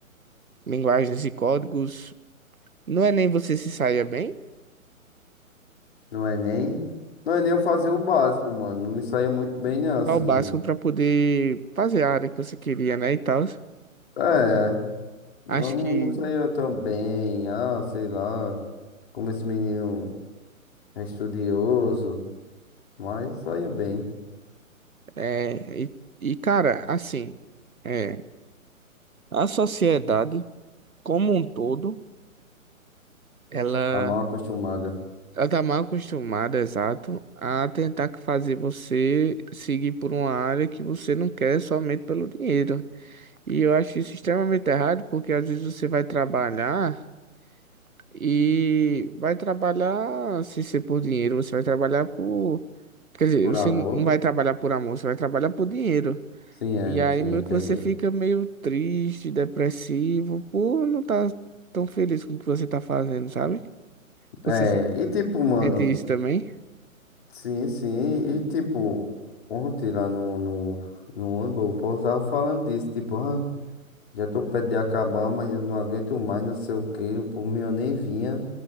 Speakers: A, on the right; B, on the left.
A: linguagens e códigos. Não é nem você se saia bem.
B: No Enem. No Enem eu fazia o básico, mano. Não me saía muito bem, não, assim.
A: Só o básico para poder fazer a área que você queria, né, e tal.
B: É, não,
A: Acho que
B: não saía tão bem, ah, sei lá. Como esse menino é estudioso. Mas saía bem.
A: é e, e cara, assim, é, a sociedade como um todo, ela
B: Tá mal acostumada.
A: ela tá mal acostumada, exato, a tentar que fazer você seguir por uma área que você não quer somente pelo dinheiro. E eu acho isso extremamente errado, porque às vezes você vai trabalhar E vai trabalhar, se ser por dinheiro, você vai trabalhar por. Quer dizer,
B: Por
A: você
B: amor.
A: não vai trabalhar por amor, você vai trabalhar por dinheiro.
B: Sim, é,
A: E aí
B: sim,
A: meio
B: entendi.
A: que você fica meio triste, depressivo, por não estar tão feliz com o que você tá fazendo, sabe? Você
B: É,
A: se
B: e tipo, mano.
A: sente isso também?
B: Sim, sim. E tipo, ontem lá no, no, no ônibus, o povo tava falando disso. Tipo, ah. Já tô perto de acabar, mas eu não aguento mais, não sei o quê. Por mim eu nem vinha.